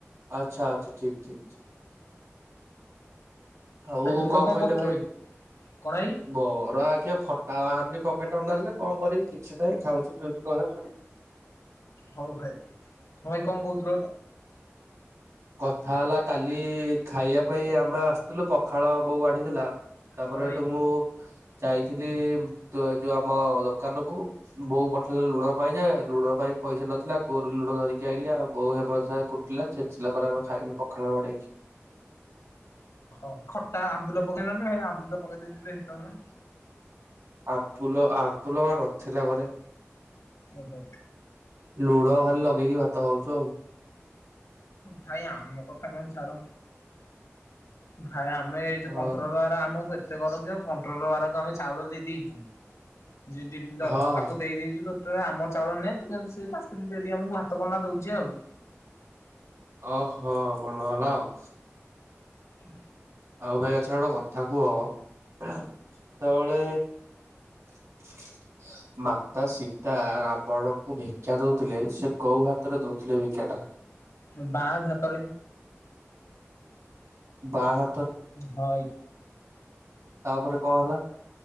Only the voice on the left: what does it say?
ଭାଇ ତୁମେ
କରୁଛ
କଣ ଭାଇ
ହଉ ଭାଇ ହଁ ଭାଇ କଣ କହୁଥିଲ ଗୋଟେ?
ହଁ ଭାଇ
ହଁ ଭାଇ।
ହଁ ଖଟା ଆମ୍ବୁଲ ପକେଇଲନି ଭାଇ ଆମ୍ବୁଲ ପକେଇ ଦେଇଥିଲେ ହେଇଥାନ୍ତା।
ଓହୋ।
ଭାଇ ଆମ କଥା କଣ ଛାଡ଼ ଭା ଭାଇ ଆମେ ଏଇ ଯଉ
କଣ୍ଟ୍ରୋଲ ଦ୍ଵାରା ଆମକୁ ଏତେ କରାଜିବ କ ପେଟ୍ରୋଲ ବାରାକୁ ଆମେ ଚାଉଳ ଦେଇ ଦେଇଛୁ ଯିଏ ଡିଲର
ତାକୁ ଦେଇ ଦେଇଛୁ ତ ତୋର ଆମ ଚାଉଳ ନେ ତୁ କେମିତି ସେ ତା ସ୍ତ୍ରୀ ଡେଲି ଆମକୁ ଭାତ କନା ଦଉଛି ଆଉ।
ହୁଁ।
ଏ ବାଁ ତ ହାତରେ।
ଭାଇ।